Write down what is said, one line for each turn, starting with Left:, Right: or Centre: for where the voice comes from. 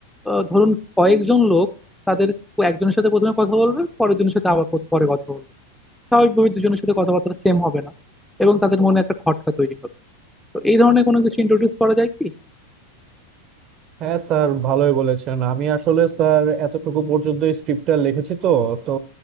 Centre: আহ, ধরুন কয়েকজন লোক তাদের একজনের সাথে প্রথমে কথা বলবে পরের জনের সাথে আবার পরে কথা বলবে স্বাভাবিকভাবে দুজনের সাথে কথাবার্তা সেম হবে না এবং তাদের মনে একটা খটকা তৈরি হবে তো এই ধরনের কোনো কিছু ইন্ট্রোডিউস করা যায় কি
Right: হ্যাঁ স্যার ভালোই বলেছেন আমি আসলে স্যার এতটুকু পর্যন্ত স্ক্রিপ্টটা লিখেছি তো তো